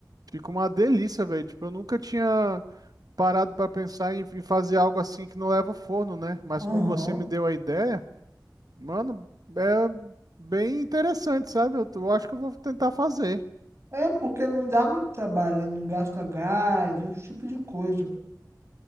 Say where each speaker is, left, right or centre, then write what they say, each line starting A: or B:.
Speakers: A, on the right (about 60°); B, on the right (about 40°).
A: fica uma delícia, velho. Tipo, eu nunca tinha parado pra pensar em, em fazer algo assim que não leva ao forno, né? Mas
B: Aham.
A: como você me deu a ideia, mano, é bem interessante, sabe? Eu, tô- eu acho que eu vou tentar fazer.
B: É porque não dá muito trabalho, né? Não gasta gás, esse tipo de coisa.